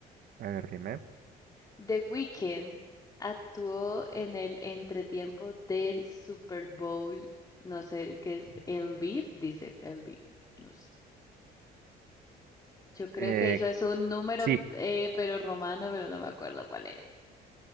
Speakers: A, on the right (about 65°); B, on the left (about 20°).
A: A ver, dime.
B: The Weeknd actuó en el entretiempo del Super Bowl, no sé qué es, el beat, dice el beat, no sé. Yo creo
A: Eh,
B: que eso es un número,
A: sí,
B: eh, pero romano, pero no me acuerdo cuál es.